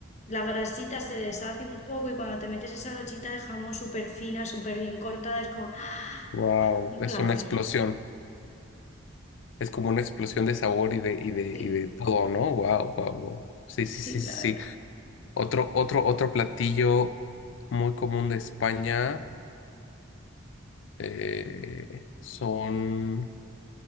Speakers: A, on the left; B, on the left.
A: la grasita se deshace un poco y cuando te metes esa lochita de jamón súper fina, súper bien cortada, es como
B: Wow.
A: ¡ah! un
B: Es
A: placer.
B: una explosión. Es como una explosión de sabor y de, y de,
A: Sí,
B: y de todo, ¿no? Wow, wow, wow. Sí, sí,
A: sí,
B: sí,
A: la
B: sí.
A: verdad.
B: sí. Otro, otro, otro platillo muy común de España eh, son,